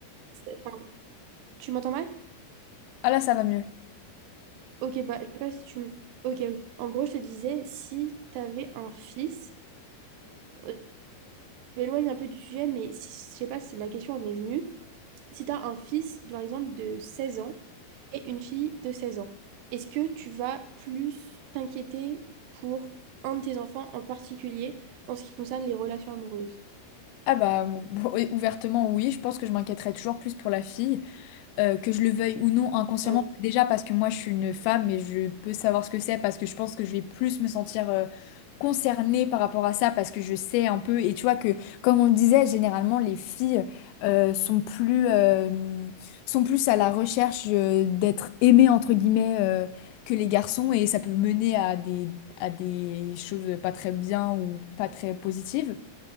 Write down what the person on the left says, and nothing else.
Ah là, ça va mieux.
Ah bah, bon, et ouvertement, oui, je pense que je m'inquiéterais toujours plus pour la fille, euh, que je le veuille ou non inconsciemment.
Déjà parce que moi, je suis une femme et je peux savoir ce que c'est, parce que je pense que je vais plus me sentir euh, concernée par rapport à ça, parce que je sais un peu. Et tu vois que, comme on le disait, généralement, les filles euh, sont plus, euh, sont plus à la recherche euh, d'être aimées, entre guillemets, euh, que les garçons, et ça peut mener à des, à des choses pas très bien ou pas très positives.